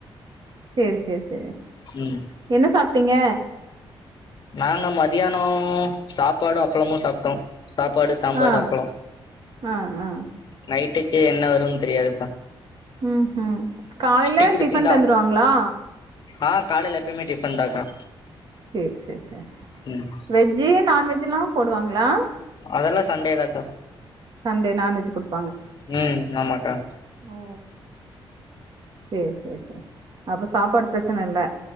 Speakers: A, on the right; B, on the left.
A: சேர் சேர் சேரி
B: ம்
A: என்ன சாப்டீங்க
B: நாங்க மதியானோ சாப்பாடு அப்பளமு சாப்டோ சாப்பாடு சாம்பாரு
A: ஆ
B: அப்ளோ
A: ஆ ஆ
B: நைட்டுக்கே என்ன வரும்னு தெரியாதுக்கா
A: ம் காலையில
B: டீ குடிச்சீங்களா
A: டிஃபன் தந்துருவாங்களா
B: ஆ காலேல எப்பயுமே ஃடிபன் தாக்கா
A: சேர் சேர் சேரி
B: ம்
A: வெஜ்ஜு நான்வெஜ்ஜ்லா போடுவாங்களா
B: அதல்லா சண்டே தாக்கா
A: சண்டே நான்வெஜ் கொடுத்
B: ம் ஆமாக்கா
A: ஓ சேர் சேர் அப்பற சாப்பாடு பிரச்சன இல்ல